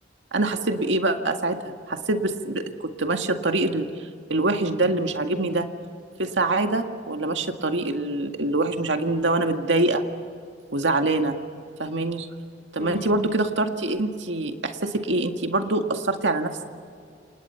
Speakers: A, on the right; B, on the left.
A: انا حسيت بايه بقى ساعتها حسيت بس ب- كنت ماشيه الطريق ال- الوحش ده اللي مش عاجبني ده في سعاده ولا ماشيه الطريق ال- الوحش مش عاجبني ده وانا متضايقه وزعلانه
B: مش عارفه
A: فاهماني طب
B: امم
A: ما انتي برضو كده اخترتي انتي احساسك ايه انتي برضو اثرتي على نفسك